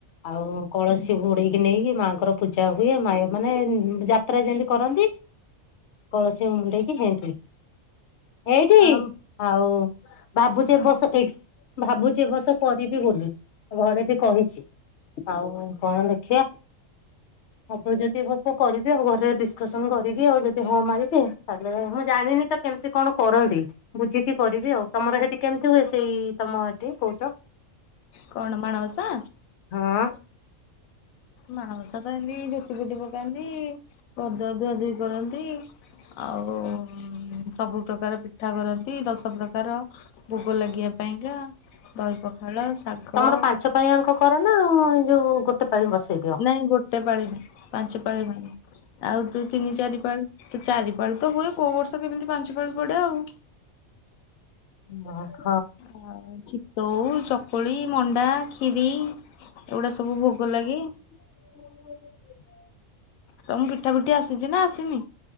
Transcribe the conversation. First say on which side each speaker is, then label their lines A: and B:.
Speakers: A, on the left (about 60°); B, on the left (about 85°).
A: ଆଉ କଳସୀ
B: ହୁଁ
A: ଘୋଡେଇକି ନେଇକି ମାଆଙ୍କର ପୂଜା ହୁଏ ମାୟ ମାନେ ଜା ଯାତ୍ରା ଯେମିତି କରନ୍ତି କଳସୀ ମୁଣ୍ଡେଇକି ହେମିତି ଏଇଠି।
B: କଣ
A: ଆଉ ଭାବୁଚି ଏ ବର୍ଷ ଏଇଠି ଭାବୁଚି ଏ ବର୍ଷ କରିବି ବୋଲି। ଘରେ ବି କହିଛି ଆଉ କଣ ଦେଖିବା। ହବ ଯଦି ହବ କରି ଆଉ ଘରେ ଡିସକସନ କରିକି ଆଉ ଯଦି ହଁ ମାରିିବେ ତାହେଲେ ମୁଁ ଜାଣିନି ତ କେମିତି କଣ କରନ୍ତି। ବୁଝିକି କରିବି ଆଉ ତମର ସେଠି କେମିତି ହୁଏ ସେଇ ତମ ଏଠି କହୁଛ?
B: କଣ ମାଣବସା?
A: ହଁ।
B: ମାଣବସା ତ ଏମିତି ଝୋଟି ପୋଟି ପକାନ୍ତି ଓ ଦୁଆ ଧୁଆଧୁଇ କରନ୍ତି। ଆଉ ଉଁ ସବୁ ପ୍ରକାର ପିଠା କରନ୍ତି ଦଶ ପ୍ରକାର। ଭୋଗ ଲାଗୀଆ ପାଇଁକା ଦହି ପଖାଳ ଶାଗ।
A: ତମର ପାଞ୍ଚ ପାଳିଆଙ୍କ କର ନା ଯୋଉ ଗୋଟେ ପାଳି ବସେଇଦି
B: ନାଇଁ ଗୋଟେ ପାଳି ହୁଏ ପାଞ୍ଚ ପାଳି ହୁଏନି ଆଉ ଯୋଉ ତିନି ଚାରି ପାଳି। ତ ଚାରିପାଳି ତ ହୁଏ କୋଉ ବର୍ଷ କେମିତି ପାଞ୍ଚ ପାଳି ପଡେ ଆଉ।
A: ନ ଖ।
B: ଆଉ ଚିତଉ, ଚକୁଳି, ମଣ୍ଡା, କ୍ଷୀରି। ଏଗୁଡା ସବୁ ଭୋଗ ଲାଗେ।
A: ହ
B: ତ ମୁଁ ପିଠା ପିଠି ଆସିଛି ନା ଆସିନି?